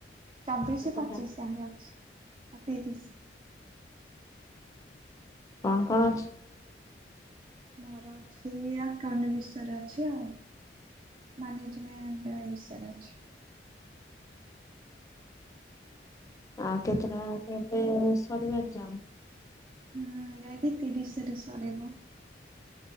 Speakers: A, on the right; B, on the left.
A: ଚବିଶି
B: କେତେଟା
A: ପଚିଶି ଯାଁକେ ଅଛି। ଆଉ ତିରିଶ୍
B: କଣ କଣ
A: ଆଉ
B: ଅଛି?
A: ମୋର ଅଛି ଆକାଉଣ୍ଟ ବିଷୟରେ ଅଛି ଆଉ ମ୍ୟାନେଜମେଣ୍ଟ ବିଷୟରେ ଅଛି।
B: ଆଉ କେତେ ଟା କେବେ ସରିବ ଏଗ୍ଜାମ୍।
A: ହୁଁ ଯାଇକି ତିରିଶ ରେ ସରିବ।